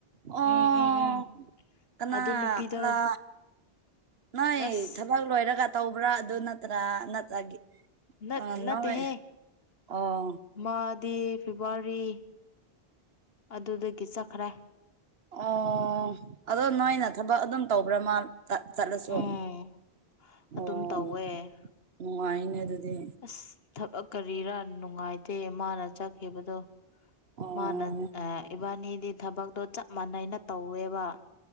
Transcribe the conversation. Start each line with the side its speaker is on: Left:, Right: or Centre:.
Right: ꯑꯣ
Left: ꯎꯝ ꯎꯝ ꯎꯝ
Right: ꯀꯅꯥꯔ
Left: ꯑꯗꯨ ꯅꯨꯄꯤꯗꯣ
Right: ꯅꯣꯏ
Left: ꯑꯁ
Right: ꯊꯕꯛ ꯂꯣꯏꯔꯒ ꯇꯧꯕ꯭ꯔꯥ ꯑꯗꯨ ꯅꯠꯇ꯭ꯔꯥ ꯅꯠꯇ꯭ꯔꯒ
Left: ꯅꯠ
Right: ꯑ
Left: ꯅꯠꯇꯦꯍꯦ
Right: ꯅꯣꯏ ꯑꯣ
Left: ꯃꯥꯗꯤ ꯐꯦꯕꯋꯥꯔꯤ ꯑꯗꯨꯗꯒꯤ ꯆꯠꯈ꯭ꯔꯦ
Right: ꯑꯣ ꯑꯗꯣ ꯅꯣꯏꯅ ꯊꯕꯛ ꯑꯗꯨꯝ ꯇꯧꯕ꯭ꯔꯥ ꯃꯥ ꯆꯠꯂꯁꯨ
Left: ꯑꯣ
Right: ꯑꯣ
Left: ꯑꯗꯨꯝ ꯇꯧꯋꯦ
Right: ꯅꯨꯡꯉꯥꯏꯅꯦ ꯑꯗꯨꯗꯤ
Left: ꯑꯁ ꯊꯕꯛ ꯀꯔꯤꯔ ꯅꯨꯡꯉꯥꯏꯇꯦ ꯃꯥꯅ ꯆꯠ ꯈꯤꯕꯗꯣ
Right: ꯑꯣ
Left: ꯃꯥꯅ ꯏꯕꯥꯅꯤꯗꯤ ꯊꯕꯛꯇꯣ ꯆꯞ ꯃꯥꯟ ꯅꯩꯅ ꯇꯧꯋꯦꯕ